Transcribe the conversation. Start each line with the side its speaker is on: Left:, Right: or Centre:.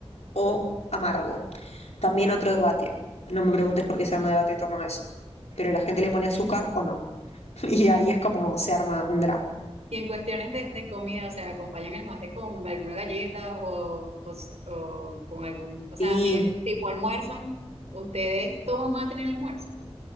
Left: o amargo. También otro debate. No me preguntes por qué se arma debate en torno a eso. Pero la gente le pone azúcar o no. <laughs> Y ahí es como se arma un drama.
Right: Y en cuestiones de, de comida, o sea, acompañan el mate con alguna galleta o, o, s- o con algún, o sea,
Left: Sí.
Right: así de- tipo almuerzan, ustedes toman mate en el almuerzo.